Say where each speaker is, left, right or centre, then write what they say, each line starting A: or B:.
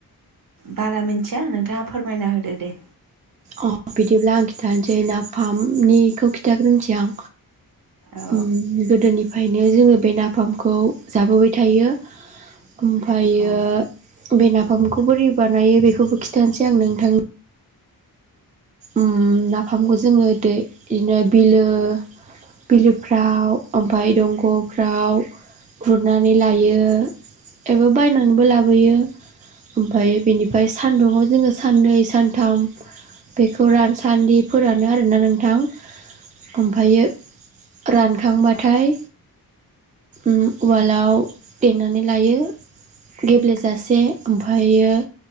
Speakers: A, on the right; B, on the right.
A: बारा मिथिया नोंथाङा फोरमायना होदो दे।
B: अ बिदिब्ला आं खिथानोसै नाफामनिखौ खिन्थाग्रोनोसै आं
A: औ
B: उम गोदोनिफ्रायनो जोंङो बे नाफामखौ जाबोबाय थायो। ओमफ्रायो
A: औ ओ
B: बे नाफामखौ बोरै बानायो बेखौबो खिथानोसै आं नोंथां उम नाफामखौ जोंङो दै इनो बिलो बिलोफ्राव ओमफ्राय दंगफ्राव गुरनानै लायो एबा बायनानैबो लाबोयो। ओमफ्राय बेनिफ्राय सान्दुंङाव जोंङो साननै सानथाम बेखौ रानसान्दिफोरानो आरोना नोंथां। ओमफ्रायो रानखांबाथाय ओम उवालाव देनानै लायो गेब्लेेजासे उम फायो